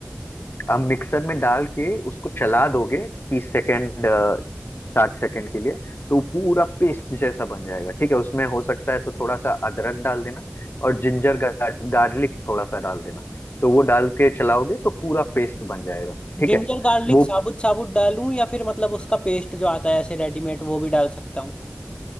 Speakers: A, on the left; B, on the left.
A: अब मिक्सर में डाल के उसको चला दोगे तीस सेकेंड साठ सेकेंड के लिए तो पूरा पेस्ट जैसा बन जाएगा ठीक है उसमें हो सकता है तो थोड़ा सा अदरक डाल देना और जिंजर गार, गार्लिक थोड़ा सा डाल देना तो वो डाल के चलाओगे तो पूरा पेस्ट बन जाएगा ठीक
B: जिंजर
A: है
B: गार्लिक
A: वो
B: साबुत साबुत डालूं या फिर मतलब उसका पेस्ट जो आता है ऐसे रेडीमेड वो भी डाल सकता हूँ